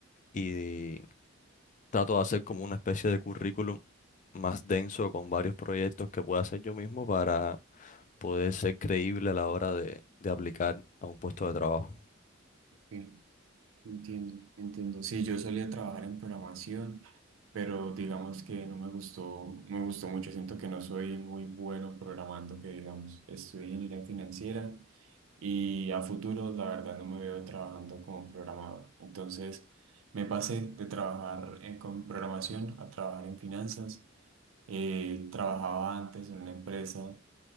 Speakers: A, on the left (about 40°); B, on the right (about 80°).
A: y Trato de hacer como una especie de currículum más denso con varios proyectos que pueda hacer yo mismo para poder ser creíble a la hora de, de aplicar a un puesto de trabajo.
B: sí, entiendo, entiendo. Sí, yo solía trabajar en programación, pero digamos que no me gustó, no me gustó mucho. Siento que no soy muy bueno programando, que digamos, estudié ingeniería financiera Y a futuro, la verdad, no me veo trabajando como programador. Entonces, me pasé de trabajar eh, con programación a trabajar en finanzas. Eh, trabajaba antes en una empresa,